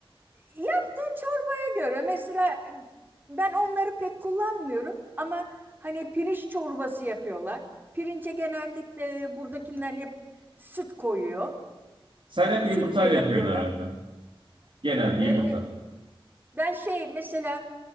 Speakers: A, on the right; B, on the right.
A: yaptığın çorbaya göre mesela ben onları pek kullanmıyorum ama hani pirinç çorbası yapıyorlar. Pirince genellikle buradakiler hep süt koyuyor.
B: Sen hep
A: Sütle
B: yumurtayla
A: yapıyorlar.
B: yapıyorsun herhalde. Genelde
A: <laughs>
B: yumurta.
A: Ben şey mesela